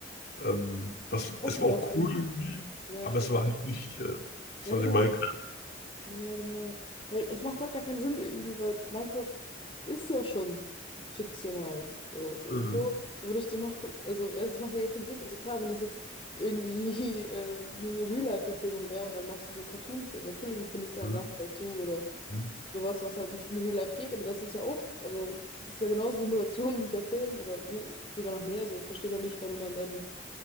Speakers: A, on the left (about 55°); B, on the left (about 30°).
A: Ähm, was,
B: Auch
A: es
B: wieder
A: war auch
B: erfunden.
A: cool irgendwie,
B: Ja,
A: aber es
B: was
A: war
B: auch.
A: halt nicht, äh, es
B: Ja,
A: war
B: genau.
A: nicht Minecraft.
B: Ja, ja, genau. Weil es macht doch gar keinen Sinn irgendwie, weil Minecraft ist ja schon fiktional. So, wieso
A: Mhm.
B: würdest du noch, also weißt du, es macht ja gar keinen Sinn. Also klar, wenn es jetzt irgendwie <laughs> äh, eine Real-Life-Verfilmung wäre und dann machst du so einen Cartoon-Film, natürlich erfindest du dann
A: Mhm.
B: Sachen dazu oder
A: Mhm.
B: sowas, was halt nicht in Real Life geht, aber das ist ja auch, also das ist ja genauso Simulation <laughs> wie der Film oder ne, sogar noch mehr. so ich verstehe da nicht, warum man dann